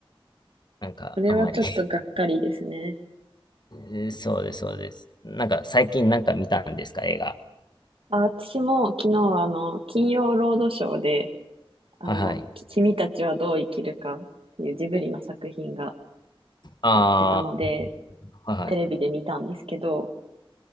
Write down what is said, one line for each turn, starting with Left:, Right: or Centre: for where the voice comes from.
Left: なんか、
Right: それはちょっとがっかりですね。
Left: あんまり <laughs> えーそうです、そうです。なんか、最近なんか見たんですか、映画。
Right: あ、私も昨日、あの、金曜ロードショーで、あの、
Left: はいはい。
Right: き君たちはどう生きるかっていうジブリの作品が
Left: あ
Right: やってたので、
Left: あ、はいはい。
Right: テレビで見たんですけど、